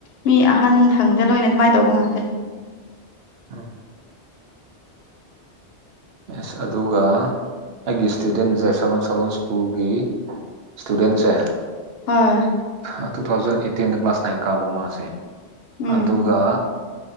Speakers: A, on the left (about 65°); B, on the right (about 65°).
A: ꯃꯤ ꯑꯍꯟꯊꯪꯗ ꯂꯣꯏꯅ ꯑꯗꯨꯃꯥꯏ ꯇꯧꯕ ꯉꯥꯛꯇꯅꯤ
B: ꯑꯥ ꯑꯦꯁ ꯑꯗꯨꯒ ꯑꯩꯒꯤ ꯏꯁꯇꯨꯗꯦꯟꯖꯦ ꯁꯔꯣꯟ ꯁꯔꯣꯟ ꯁ꯭ꯀꯨꯜꯒꯤ ꯏꯁꯇꯨꯗꯦꯟꯁꯦ
A: ꯍꯣꯏ
B: ꯑ ꯇꯨ ꯊꯥꯎꯖꯟ ꯑꯩꯠꯇꯤꯟꯗ ꯀ꯭ꯂꯥꯁ ꯅꯥꯏꯟ ꯀꯥꯕ ꯃꯥꯁꯦ
A: ꯎꯝ
B: ꯑꯗꯨꯒ